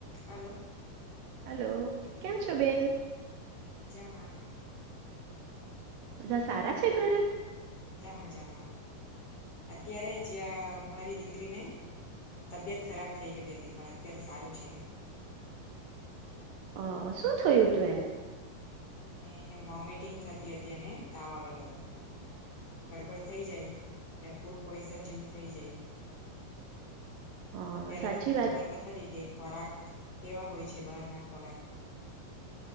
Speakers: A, on the left; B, on the right.
A: Hello
B: hello કેમ છો બેન?
A: મજામાં
B: બધા સારા છે ઘરે?
A: હા બધા મજામાં, અત્યારે જ મારી દીકરીને તબિયત ખરાબ થઈ ગલી હતી, પણ અત્યારે સારું છે.
B: હ શું થયું હતું એને?
A: એને વોમિટિંગ થતી હતી અને તાવ આવેલો હતો. એલે ખાવામાં ગડબડ થઈ જાય. એટલે ફૂડ પોઈઝન જેવું થઈ જાય.
B: અ,
A: અત્યારે
B: સાચી
A: તમને
B: વાત
A: ખબર તો ખરી કે ખોરાક કેવા હોય છે બહાર ના ખોરાક.